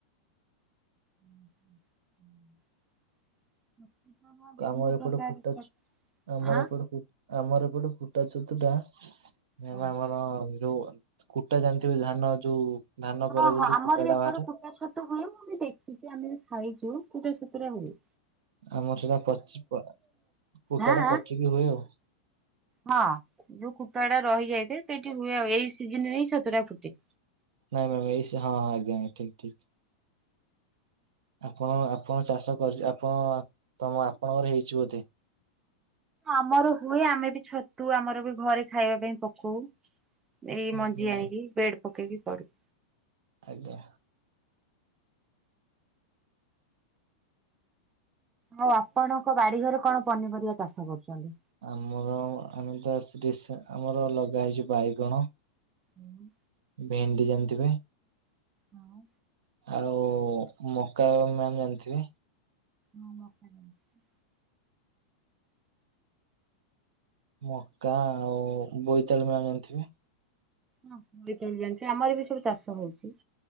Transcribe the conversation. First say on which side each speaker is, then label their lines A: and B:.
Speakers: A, on the right (about 15°); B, on the right (about 75°).
A: ଉଁ ହୁଁ ହୁଁ। <inaudible> ବିଭିନ୍ନ
B: ଆମର ଏପଟେ
A: ପ୍ରକାର
B: କୁଟା
A: ଛତ୍
B: ଛ ଆମର
A: ଆଁ?
B: ଏପଟେ କୁ ଆମର ଏପଟେ କୁଟା ଛତୁ ଟା ମ୍ୟାମ୍
A: ହଁ।
B: ଆମର ଯୋଉ କୁଟା ଜାଣିଥିବେ ଧାନ ଯୋଉ ଧାନ
A: ହଁ
B: ପରେ ପରେ
A: ହଁ
B: ଯୋଉ
A: ଆମର
B: କୁଟା
A: ବି
B: ଟା
A: ଏପଟେ
B: ବାହାରେ
A: କୁଟା ଛତୁ ହୁଏ। ମୁଁ ବି ଦେଖିଚି ଆମେ ବି ଖାଇଚୁ କୁଟା ଛତୁରେ ହୁଏ।
B: ଆମର ସେଟା ପଚି ପ୍ କୁଟା
A: ଆଁ
B: ଟା
A: ଆଁ
B: ପଚିକି ହୁଏ ଆଉ।
A: ହଁ ଯୋଉ କୁଟୁା ଟା ରହିଯାଇଥାଏ ସେଇଠି ହୁଏ ଆଉ। ଏଇ ସିଜିନରେ ହିଁ ଛତୁଟା ଫୁଟେ।
B: ନାଇଁ ମ୍ୟାମ ଏଇ ସି ହଁ ହଁ ଆଜ୍ଞା ମ୍ୟା ଠିକ୍ ଠିକ୍। ଆପଣ ଆପଣ ଚାଷ କରି ଆପଣ ତମ ଆପଣଙ୍କର ହେଇଚି ବୋଧେ?
A: ଆମର ହୁଏ। ଆମେ ବି ଛତୁ ଆମର ବି ଘରେ ଖାଇବା ପାଇଁ ପକୋଉ। ଏଇ
B: ଆଜ୍ଞା
A: ମଞ୍ଜି ଆଣିକି ବେଡ ପକେଇକି କରୁ।
B: ଆଜ୍ଞା।
A: ଆଉ ଆପଣଙ୍କ ବାଡିଘରେ କଣ ପନିପରିବା ଚାଷ କରୁଚନ୍ତି?
B: ଆମର ଆମେ ତ ଆସି ରିସ୍ ଆମର ଲଗା ହେଇଚି ବାଇଗଣ।
A: ହୁଁ।
B: ଭେଣ୍ଡି ଜାଣିଥିବେ?
A: ହଁ।
B: ଆଉ ମକା ମ୍ୟାାମ ଜାଣିଥିବେ?
A: ହଁ ମକା ଜାଣିଛି।
B: ମକା ଆଉ ବୋଇତାଳୁ ମ୍ୟାମ ଜାଣିଥିବେ?
A: ହଁ ବୋଇତଆଳୁ ଜାଣିଚି। ଆମର ବି ସବୁ ଚାଷ ହୋଉଚି।